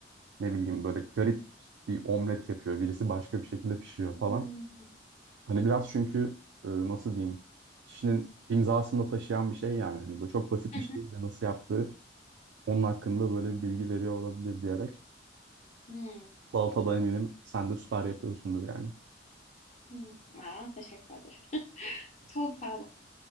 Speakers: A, on the right; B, on the left.
A: ne bileyim böyle garip bir omlet yapıyor. Birisi başka bir şekilde pişiriyor falan.
B: Hmm.
A: Hani biraz çünkü e, nasıl diyeyim kişinin imzasını da taşıyan bir şey yani. Hani böyle çok basit
B: Hı
A: bir
B: hı.
A: şey bile nasıl yaptığı onun hakkında böyle bir bilgi veriyor olabilir diyerek.
B: Hmm.
A: Salatada eminim sen de süper yapıyorsundur yani.
B: Hmm. Hmm. Aa, teşekkür ederim. Çok sağ ol.